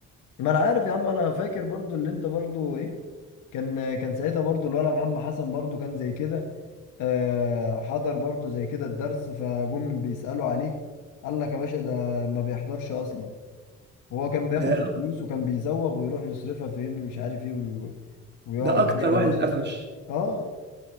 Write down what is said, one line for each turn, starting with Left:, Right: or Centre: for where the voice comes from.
Left: ما انا عارف يا عم انا فاكر برضو اللي انت برضو ايه كان كان ساعتها برضو الولا محمد حسن برضو كان زي كده آه، حضر برضو زي كده الدرس فجم بيسالوا عليه قال لك يا باشا ده ما بيحضرش اصلا وهو كان بياخد
Right: ده
Left: الفلوس وكان بيزوغ ويروح يصرفها فاهمني مش عارف ايه وي- ويقعد
Right: ده اكتر
Left: بيها ويسرق
Right: واحد اتقفش
Left: اه